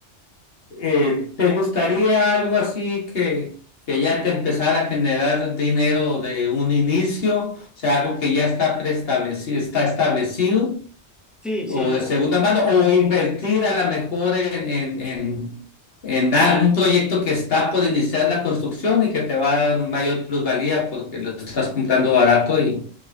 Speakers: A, on the left; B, in the centre.
A: eh, ¿te gustaría algo así que, que ya te empezara a generar dinero de un inicio? O sea, algo que ya está preestablecido, está establecido
B: Sí,
A: o
B: sí, me
A: de
B: gu-
A: segunda mano o invertir a lo mejor en, en, en, en algún proyecto que está por iniciar la construcción y que te va a dar mayor plusvalía porque lo estás comprando barato y